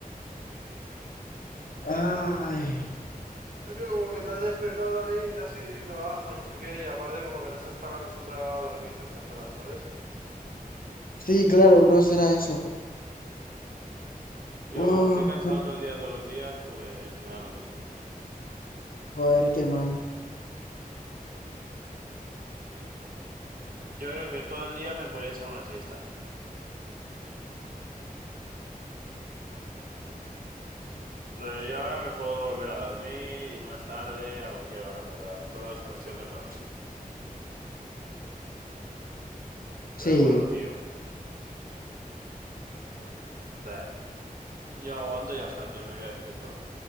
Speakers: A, on the left (about 70°); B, on the right (about 70°).
A: Ay,
B: Es que como que te has despertado también y te has ido directo abajo, no sé qué, y aparte como que no estás tan acostumbrado a dormirte estas horas, ¿sabes?
A: sí, claro, bro, será eso.
B: Yo
A: Oh,
B: como estoy cansado todo el día, todos los días, pues me da lo mismo.
A: joder, qué mal.
B: Yo creo que todo el día me podría echar una siesta. No, Yo ahora me puedo volver a dormir y más tarde, a cualquier hora, en verdad. Todo es cuestión de ponerse.
A: Sí,
B: Pero bueno, tío. da. Yo aguanto y ya está, tío. Me quedo despierto.